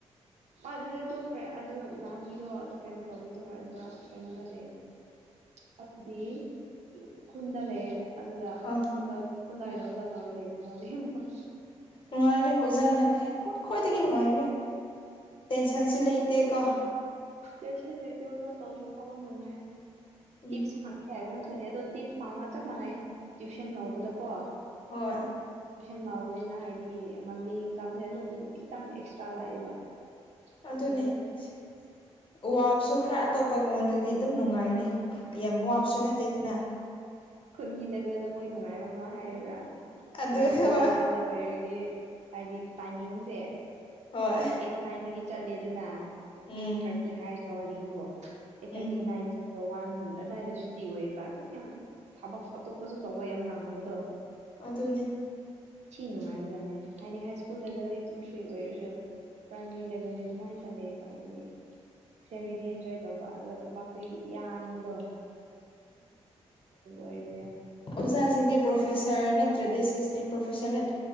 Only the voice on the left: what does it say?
ꯑꯥ
ꯅꯨꯡꯉꯥꯏꯔꯦ ꯑꯣꯖꯥꯅ ꯀꯌꯥ ꯈ꯭ꯋꯥꯏꯗꯒꯤ ꯅꯨꯡꯉꯥꯏꯔꯅꯤ ꯇꯦꯟꯁꯟꯁꯨ ꯂꯩꯇꯦ ꯀꯣ
ꯎꯝ
ꯍꯣꯏ
ꯑꯗꯨꯅꯦ
ꯁꯤ ꯋꯥꯕꯁꯨ ꯈꯔ ꯑꯇꯣꯞꯄ ꯉꯣꯟꯗꯗꯤ ꯗꯨꯝ ꯅꯨꯡꯉꯥꯏꯔꯅꯤ ꯌꯥꯝ ꯋꯥꯕꯁꯨ ꯅꯠꯇꯦꯗꯅ
ꯑꯗꯨ
ꯍꯣꯏ
ꯍꯣꯏ
ꯎꯝ
ꯎꯝ
ꯑꯗꯨꯅꯦ
ꯑꯣꯖꯥ ꯁꯤꯡꯗꯤ ꯄ꯭ꯔꯣꯐꯦꯁꯔ <unintelligible> ꯅꯠꯇ꯭ꯔꯗꯤ ꯑꯦꯁꯤꯁꯇꯦꯟ ꯄꯣꯐꯦꯁꯔ ꯅꯠ